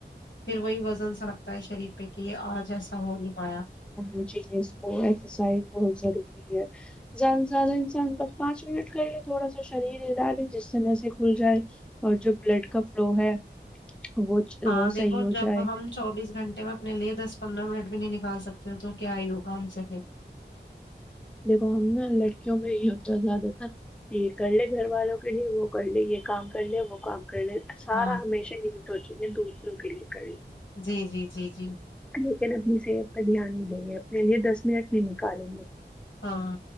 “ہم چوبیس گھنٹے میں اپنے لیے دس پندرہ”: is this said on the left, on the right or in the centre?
Left